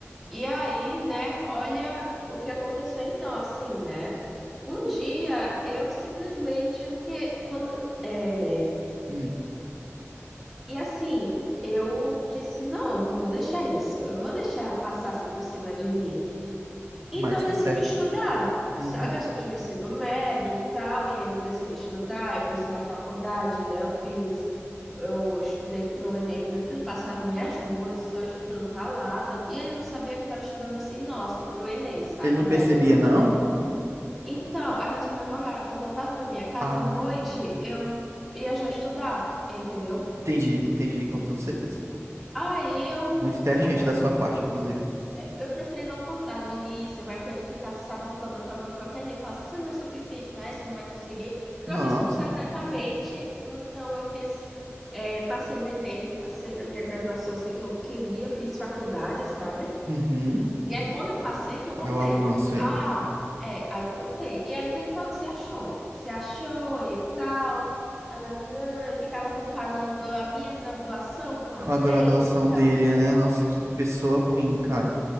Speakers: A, in the centre; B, on the right.
A: E aí, né, olha o que aconteceu então, assim, né? Um dia eu simplesmente, porque quando, é,
B: Hum,
A: E assim, eu disse, não, não vou deixar isso, eu não vou deixar passar assim por cima de mim. Então
B: mais
A: eu
B: que
A: decidi
B: certo.
A: estudar, sabe?
B: Uhum.
A: Eu só tinha o ensino médio e tal, e aí eu decidi estudar, eu fiz uma faculdade, né? Eu fiz, eu estudei pro Enem, pro meu filho passava minhas noites só estudando ralado, e ele não sabia que eu estava estudando assim, nossa assim, pro Enem, sabe?
B: Ele não
A: Na
B: percebia,
A: época eu não
B: não?
A: tinha. Então, a gente só namorava, porque eu voltava pra minha casa
B: Ah,
A: à noite, eu ia já estudar, entendeu?
B: entendi, entendi, com toda certeza.
A: Aí eu
B: Muito inteligente
A: ficava
B: da sua parte, inclusive.
A: Eu preferi não contar no início, vai que eu ficar se sabotando até o meu próprio Enem, falar, você não é suficiente para isso, você não vai conseguir.
B: Nossa.
A: Eu fiz tudo secretamente, então eu fiz, eh, passei no Enem, passei na minha graduação, sei que eu queria, fiz faculdade, sabe?
B: Uhum.
A: E aí, quando eu passei, que eu
B: Olha
A: contei.
B: o avanço aí.
A: Ah, é, aí eu contei. E ainda ele falou, você achou? Você achou e tal, nananã, e ficava comparando a minha graduação com a
B: Com
A: dele
B: a graduação
A: e tal.
B: dele, né? Nossa, que pessoa ruim, cara.